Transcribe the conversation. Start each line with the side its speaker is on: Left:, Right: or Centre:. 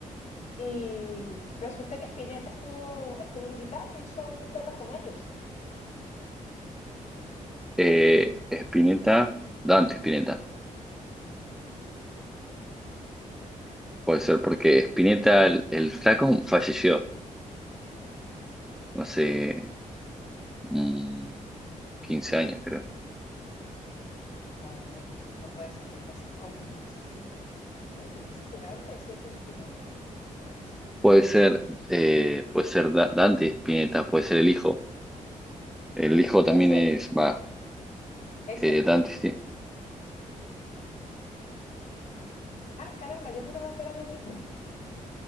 Left: Y resulta que Spinetta estuvo, estuvo invitado, hizo un tema con ellos.
Centre: Eh, Spinetta, Dante Spinetta,
Left: Y,
Centre: puede ser porque Spinetta, el, el flaco, falleció hace mm, 15 años, creo.
Left: oh, no puede ser. Entonces, ¿cómo- entonces ¿qué? Yo, yo hubiese jurado que decían que era Spinetta. Dios.
Centre: Puede ser, eh, puede ser Da- Dante Spinetta, puede ser el hijo. El hijo también
Left: Ese,
Centre: es, va,
Left: ese.
Centre: eh, Dante,
Left: Spin-
Centre: Spi-
Left: Ay, caramba, yo juraba que eran el mismo.